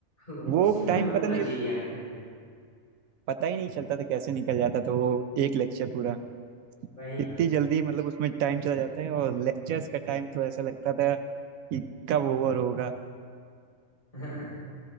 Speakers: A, on the left; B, on the right.
A: <laughs>
B: वो
A: उसी में
B: टाइम
A: हम लोग
B: पता
A: पूरा
B: नहीं
A: जी लिया करते थे
B: पता ही नहीं चलता था कैसे निकल जाता था वो एक लेक्चर पूरा
A: वही
B: इतनी
A: ना
B: जल्दी मतलब उसमें टाइम चला जाता है और लेक्चर्स का टाइम तो ऐसा लगता था कि कब ओवर होगा
A: <laughs>